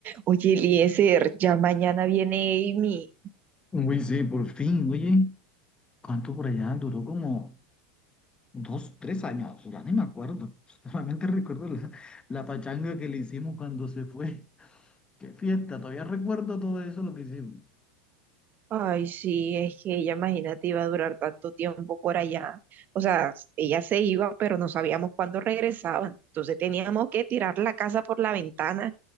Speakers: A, on the right; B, on the left.
A: Oye, Eliezer, ya mañana viene Amy.
B: Uy, sí, por fin, oye, ¿cuánto por allá? Duró como dos, tres años, ya ni me acuerdo. <laughs> Solamente recuerdo la, la pachanga que le hicimos cuando se fue. Qué fiesta, todavía recuerdo todo eso lo que hicimos.
A: Ay, sí, es que ella, imagínate, iba a durar tanto tiempo por allá. O sea, ella se iba, pero no sabíamos cuándo regresaban. Entonces teníamos que tirar la casa por la ventana.